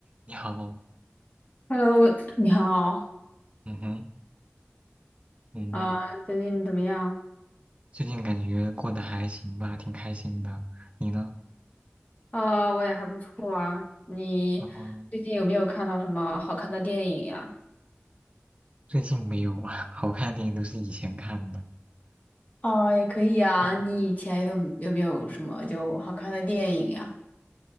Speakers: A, on the right; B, on the left.
A: 你好，
B: Hello，你好，
A: 嗯哼，嗯，
B: 啊，最近怎么样？
A: 最近感觉过得还行吧，挺开心的。你呢？
B: 啊、我也还不错啊。你最近有没有看到什么好看的电影呀？
A: 哦，最近没有啊，<laughs> 好看的电影都是以前看的。
B: 哦，也可以啊。
A: 嗯，
B: 你以前有有没有什么就好看的电影呀？